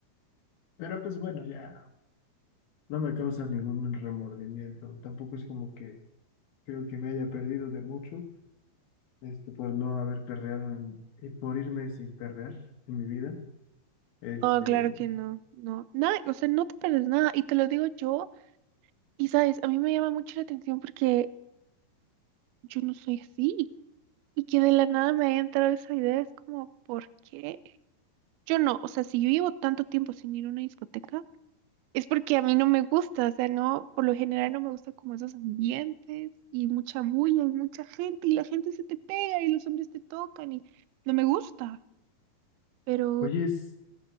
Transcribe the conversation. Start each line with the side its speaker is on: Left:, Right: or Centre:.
Left: pero pues bueno, ya no me causa ningún remordimiento. Tampoco es como que creo que me haya perdido de mucho, este, por no haber perreado en- y por irme sin perrear en mi vida. Este,
Right: No, claro que no, no, nada, o sea, no te pierdes nada, y te lo digo yo, y sabes, a mí me llama mucho la atención porque yo no soy así, y que de la nada me haya entrado esa idea, es como, ¿por qué? Yo no, o sea, si yo llevo tanto tiempo sin ir a una discoteca, Es porque a mí no me gusta, o sea, no, por lo general no me gusta como esos ambientes y mucha bulla y mucha gente y la gente se te pega y los hombres te tocan y no me gusta. Pero,
Left: oye, es-